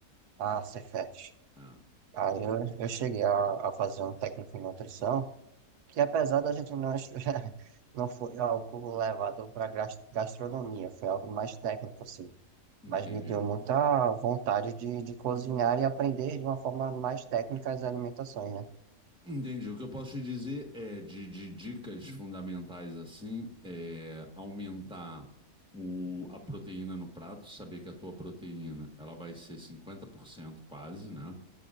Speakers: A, on the right; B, in the centre.
A: Ah, Cefet.
B: Ah,
A: Aí eu, eu cheguei a, a fazer um técnico em nutrição, que apesar da gente não, estu- <laughs> não foi algo levado para gastronomia, foi algo mais técnico, assim.
B: entendi.
A: Mas me deu muita vontade de, de cozinhar e aprender de uma forma mais técnica as alimentações, né?
B: Entendi. O que eu posso te dizer é de, de dicas fundamentais assim, é aumentar o, a proteína no prato, saber que a tua proteína ela vai ser 50% quase, né?